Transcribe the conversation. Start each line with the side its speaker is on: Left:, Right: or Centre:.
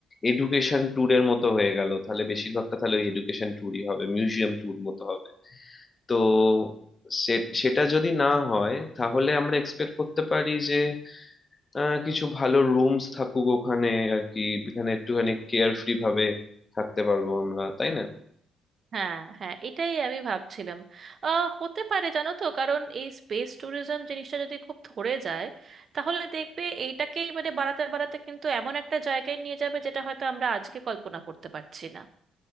Left: এডুকেশন ট্যুরের মতো হয়ে গেল তাহলে বেশিরভাগটা তাহলে ওই এডুকেশন ট্যুরই হবে মিউজিয়াম ট্যুর মতো হবে তো সে- সেটা যদি না হয় তাহলে আমরা এক্সপেক্ট করতে পারি যে আহ, কিছু ভালো রুমস থাকুক ওখানে আর কি এখানে একটুখানি কেয়ার ফ্রি ভাবে থাকতে পারবো আমরা তাই না
Right: হ্যাঁ হ্যাঁ এটাই আমি ভাবছিলাম আহ হতে পারে জানো তো কারণ এই স্পেস ট্যুরিজম জিনিসটা যদি খুব ধরে যায় তাহলে দেখবে এইটাকেই মানে বাড়াতে বাড়াতে কিন্তু এমন একটা জায়গায় নিয়ে যাবে যেটা হয়তো আমরা আজকে কল্পনা করতে পারছি না